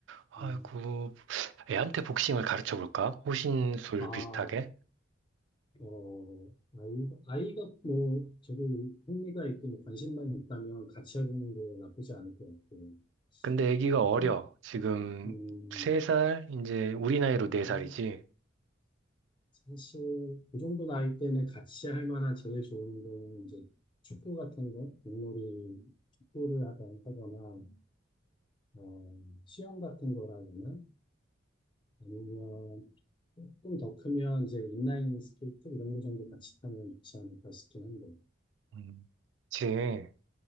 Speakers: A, on the right (about 70°); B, on the left (about 25°).
A: 아이고,
B: 음.
A: 애한테 복싱을 가르쳐볼까? 호신술
B: 아,
A: 비슷하게?
B: 어, 아이가, 아이가 뭐, 저기 흥미가 있고 뭐 관심만 있다면 같이 해보는 거 나쁘지 않을 것 같고.
A: 근데 아기가
B: 그래서,
A: 어려. 지금
B: 음,
A: 세살 이제 우리 나이로 네살이지
B: 아, 사실, 그 정도 나이 때는 같이 할 만한 제일 좋은 운동은 이제 축구 같은 거, 공놀이, 축구를 하다- 하거나, 어, 수영 같은 거라거나, 아니면 조금 더 크면 이제 인라인 스케이트 이런 거 정도 같이 타면 좋지 않을까 싶긴 한데.
A: 음. 그치.